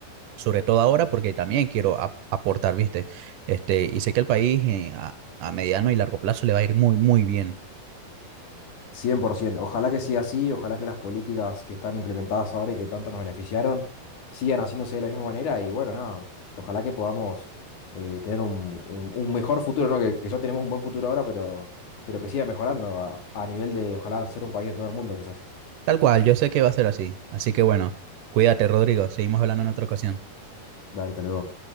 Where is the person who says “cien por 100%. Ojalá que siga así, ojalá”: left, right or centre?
Left